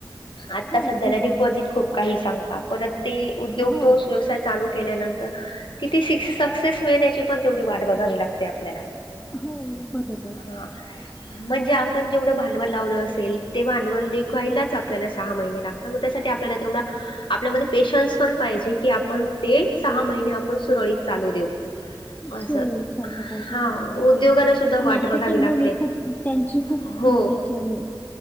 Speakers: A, on the left (about 80°); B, on the left (about 20°).
A: आता
B: हो
A: सध्याला
B: ते तर
A: डिपॉजिट
B: आहेच.
A: खूप काही सांगता परत ते उद्योग
B: हो
A: तो व्यवसाय चालू केल्यानंतर की ती सी सक्सेस मिळण्याची पण तेवढी वाट बघावी लाग ते आपल्याला
B: हो बरोबर.
A: हा
B: <inaudible>
A: म्हणजे आपण जेवढं भांडवल लावलं असेल ते भांडवल निघायलाच आपल्याला सहा महिने तर मग त्यासाठी आपल्याला तेवढा आपल्यामध्ये पेशन्स पण पाहिजे की आपण ते सहा महिने आपण सुरळीत चालू देऊ असं
B: सुरळीत चाललं पाहिजे
A: हा
B: बरोबर
A: उद्योगाला सुद्धा वाट
B: मार्केटिंग
A: बघावी लागते
B: होणे खूप त्यांची खूप
A: हो
B: गरजेची आहे